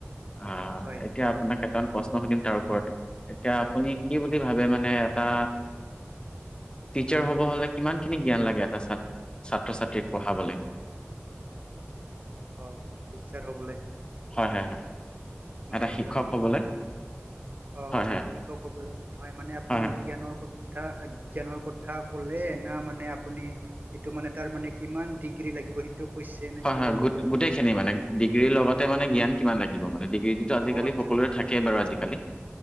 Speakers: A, on the left; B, on the right.
A: আহ
B: হয়
A: এতিয়া আপোনাক প্ৰশ্ন সুধিম তাৰ ওপৰতে। এতিয়া আপুনি কি বুলি ভাবে মানে এটা টিচাৰ হ'ব হ'লে কিমান খিনি জ্ঞান লাগে এটা ছাত ছাত্ৰ ছাত্ৰীক পঢ়াবলৈ?
B: অঁ টিচাৰ হ'বলে?
A: হয় হয় হয়।
B: মানে
A: এটা
B: এজন শিক্ষক
A: হবলৈ
B: অ
A: হয় হয়
B: শিক্ষকসকলে নহয় মানে আপুনি
A: হয় হয়
B: জ্ঞানৰ ক ক জ্ঞানৰ কথা ক'লে এ ন মানে আপুনি সেইটো মানে তাৰ মানে কিমান ডিগ্ৰী লাগিব সেইটো কৈছে নে
A: হয়
B: কিবা
A: হয়
B: ক'লে
A: গোট
B: আপুনি?
A: গোটেই খিনি মানে ডিগ্ৰীৰ লগতে মানে জ্ঞান কিমান লাগিব মানে। ডিগ্ৰী আজিকালি
B: অ আচ্ছা
A: সকলোৰে থাকেই বাৰু আজিকালি